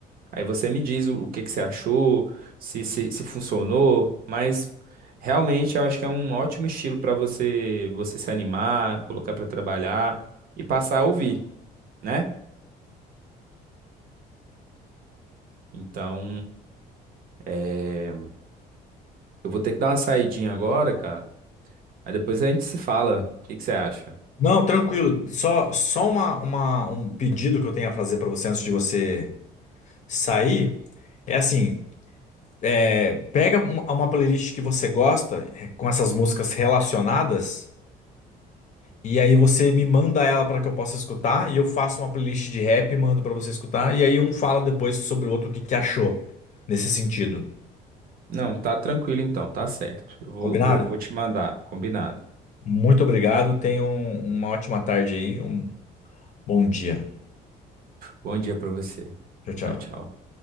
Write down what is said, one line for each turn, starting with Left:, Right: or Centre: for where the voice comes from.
Right: aí você me diz o, o que que você achou, se, se se funcionou, mas realmente eu acho que é um ótimo estilo para você você se animar, colocar para trabalhar e passar a ouvir, né? Então, eh, eu vou ter que dar uma saidinha agora, cara. Aí depois a gente se fala. O que que você acha?
Left: Não, tranquilo. Só, só uma, uma- um pedido que eu tenho a fazer pra você antes de você sair é assim: é, pega um- uma playlist que você gosta, eh, com essas músicas relacionadas. E aí você me manda ela para que eu possa escutar e eu faço uma playlist de rap e mando para você escutar e aí um fala depois sobre o outro o que que achou nesse sentido.
Right: Não, tá tranquilo então, tá certo. Eu vou,
Left: Combinado?
Right: vou, vou te mandar, combinado.
Left: Muito obrigado, tenham uma ótima tarde aí, um bom dia.
Right: Bom dia pra você.
Left: Tchau, tchau.
Right: Tchau, tchau.